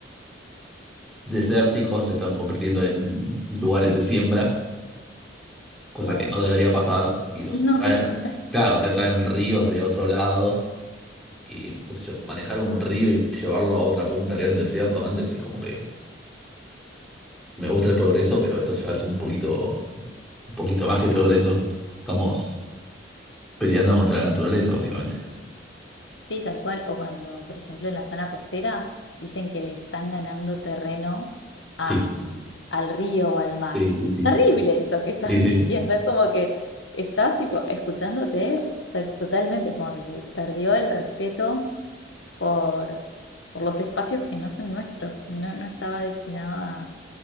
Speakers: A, in the centre; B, on the left (about 70°).
A: desérticos se están convirtiendo en lugares de siembra, cosa
B: Wow,
A: que no debería pasar.
B: <laughs>
A: Y los
B: no
A: traen,
B: tal cual.
A: claro, o sea, traen ríos de otro lado y, qué sé yo, manejar un río y llevarlo a otra punta que era un desierto antes es como que me gusta el progreso, pero esto ya es un poquito Un poquito más que peor eso. Estamos peleando contra la naturaleza, básicamente.
B: Sí, tal cual. O cuando, por ejemplo, en la zona costera dicen que le están ganando terreno
A: Sí,
B: a- mm, al río o al mar.
A: sí, sí, sí.
B: Terrible eso que están
A: Sí, sí.
B: <laughs> diciendo. Es como que estás tipo escuchándote to- totalmente. Es como que se perdió el respeto por, por los espacios que no son nuestros. No, no estaba destinado a,